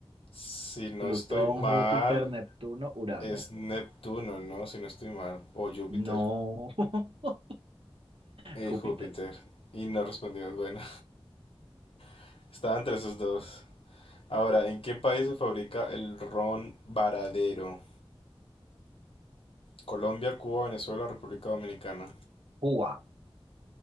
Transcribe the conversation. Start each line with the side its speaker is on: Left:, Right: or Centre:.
Left: Si no
Right: Plutón,
Left: estoy mal,
Right: Júpiter, Neptuno, Urano.
Left: es Neptuno, ¿no? Si no estoy mal. ¿O Júpiter?
Right: No. <laughs>
Left: Eh,
Right: Júpiter.
Left: Júpiter. Y no respondió. Bueno, <laughs> estaba entre esos dos. Ahora, ¿en qué país se fabrica el ron varadero? Colombia, Cuba, Venezuela, República Dominicana.
Right: Cuba.